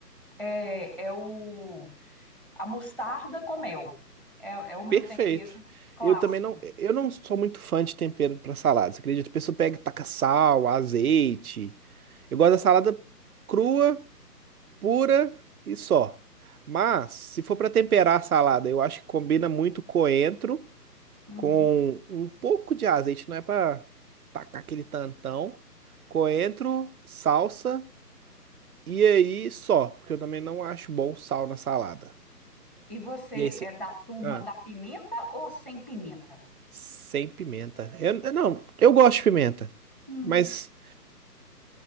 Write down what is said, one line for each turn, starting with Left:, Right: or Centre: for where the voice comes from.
Centre: é, é o a mostarda com mel. É, é o meu
Right: Perfeito.
Centre: tempero clássico.
Right: Eu também não, eu não sou muito fã de tempero para saladas. Acredito, a pessoa pega, e taca sal, azeite. Eu gosto da salada crua, pura e só. Mas se for para temperar a salada, eu acho que combina muito coentro
Centre: Uhum.
Right: com um pouco de azeite, não é para tacar aquele tantão. Coentro, salsa E aí só, porque eu também não acho bom sal na salada.
Centre: E você
Right: E aí você.
Centre: é da turma
Right: Ah,
Centre: da pimenta ou sem pimenta?
Right: sem pimenta. Eu, eu não, eu gosto de pimenta.
Centre: Hum.
Right: Mas